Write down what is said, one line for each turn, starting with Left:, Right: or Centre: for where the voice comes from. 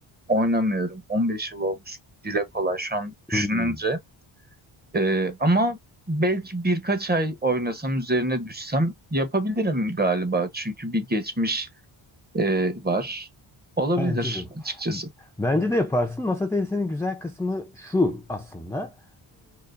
Right: oynamıyorum. 15 yıl olmuş dile kolay şu an düşününce.
Centre: Hmm,
Right: E, ama belki birkaç ay oynasam üzerine düşsem yapabilirim galiba. Çünkü bir geçmiş e, var. Olabilir
Centre: Bence de.
Right: açıkçası.
Centre: Bence de yaparsın. Masa tenisinin güzel kısmı şu aslında.